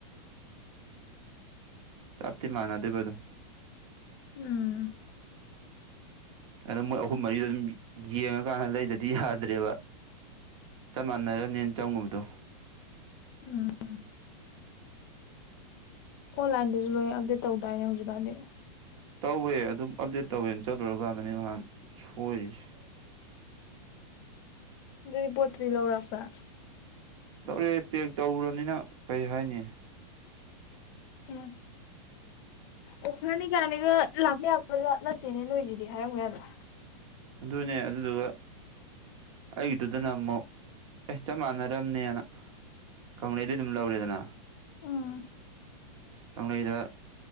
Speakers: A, on the right (about 65°); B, on the left (about 50°).
A: ꯆꯞꯇꯤ ꯃꯥꯅꯗꯕ ꯑꯗꯨꯝ꯫
B: ꯎꯝ꯫
A: ꯑꯗ ꯃꯣꯏ ꯑꯍꯨꯝ ꯃꯔꯤꯗꯣ ꯑꯗꯨꯝ ꯌꯦꯡꯉꯀꯥꯟꯗ ꯂꯩꯗꯗꯤ ꯌꯥꯗ꯭ꯔꯦꯕ꯫ ꯆꯞ ꯃꯥꯟꯅꯔ ꯅꯦꯟ ꯆꯪꯉꯨꯕꯗꯣ꯫
B: ꯎꯝ ꯑꯣꯟꯂꯥꯏꯟꯗꯁꯨ ꯂꯣꯏ ꯑꯞꯗꯦꯠ ꯇꯧꯗꯥꯏꯅꯦ ꯍꯧꯖꯤꯛꯀꯥꯟꯗꯤ
A: ꯇꯧꯋꯦ ꯑꯗꯨꯝ ꯑꯞꯗꯦꯠ ꯇꯧꯋꯦꯅ ꯆꯠꯂꯨꯔꯀꯥꯟꯗꯅꯦ ꯅꯍꯥꯟ ꯁꯣꯏꯔꯤꯁꯦ
B: ꯑꯗꯨꯗꯤ ꯄꯣꯠꯇꯨꯗꯤ ꯂꯧꯔꯛꯄ꯭ꯔꯥ
A: ꯂꯧꯔꯛꯑꯦ ꯄꯦꯛ ꯇꯧꯔꯨꯔꯕꯅꯤꯅ ꯀꯔꯤ ꯍꯥꯏꯅꯤ
B: ꯎꯝ ꯑꯣꯐꯔꯅꯤ ꯀꯥꯏꯅꯒ ꯂꯥꯛꯄ ꯌꯥꯕꯖꯥ ꯅꯠꯇꯦꯅꯦ ꯅꯣꯏꯁꯤꯗꯤ ꯍꯥꯏꯔꯝꯃꯨ ꯌꯥꯗ꯭ꯔꯣ
A: ꯑꯗꯨꯅꯦ ꯑꯗꯨꯗꯨꯒ ꯑꯩꯒꯤꯗꯨꯗꯅ ꯑꯃꯨꯛ ꯑꯦ ꯆꯞ ꯃꯥꯟꯅꯔꯝꯅꯦꯅ ꯀꯪꯂꯩꯗꯤ ꯑꯗꯨꯝ ꯂꯧꯔꯦꯗꯅ
B: ꯎꯝ
A: ꯀꯪꯂꯩꯩꯗ